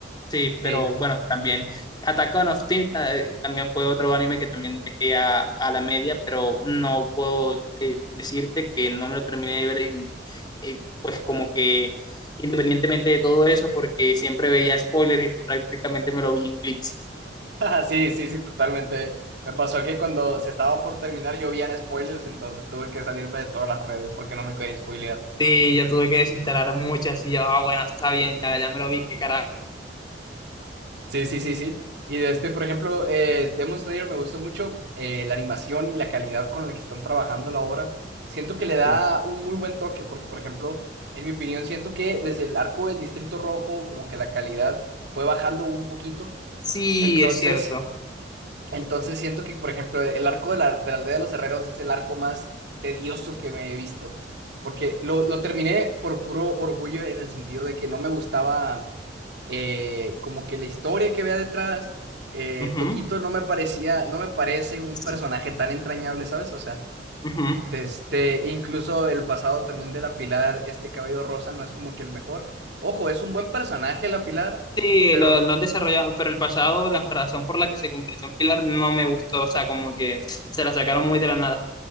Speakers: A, on the left; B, on the right.
A: Sí,
B: Sí.
A: pero bueno, también Attack on of Teens, eh, también fue otro anime que también dejé a, a la media, pero no puedo eh, decirte que no me lo terminé de ver, en- eh, pues como que independientemente de todo eso, porque siempre veía spoilers y prácticamente me lo vi en clips.
B: <laughs> Ajá, Sí, sí, sí, totalmente. Me pasó que cuando se estaba por terminar llovían spoilers, entonces tuve que salirme de todas las redes porque no me quería spoilear.
A: Sí, ya tuve que desinstalar muchas y ya, ah, bueno, está bien, ya, ya me lo vi, qué carajo.
B: Sí, sí, sí, sí. Y de este, por ejemplo, eh, Demon Slayer me gusta mucho eh, la animación y la calidad con la que están trabajando la obra. Siento que le da
A: Sí,
B: un muy buen toque porque, por ejemplo, en mi opinión, siento que desde el arco del Distrito Rojo, como que la calidad fue bajando un poquito.
A: Sí,
B: Entonces...
A: es cierto.
B: Entonces siento que, por ejemplo, el arco de la, de la aldea de los herreros es el arco más tedioso que me he visto. Porque lo, lo terminé por puro orgullo en el sentido de que no me gustaba eh, como que la historia que vea detrás. eh,
A: Ujú.
B: Toquito no me parecía, no me parece un
A: Sí,
B: personaje tan entrañable, ¿sabes? O sea,
A: ujú.
B: este, incluso el pasado también de la Pilar, este cabello rosa, no es como que el mejor. Ojo, es un buen personaje la Pilar,
A: Sí,
B: pero
A: lo, lo han desarrollado, pero el pasado, la razón por la que se convirtió en Pilar no me gustó, o sea, como que se la sacaron muy de la nada,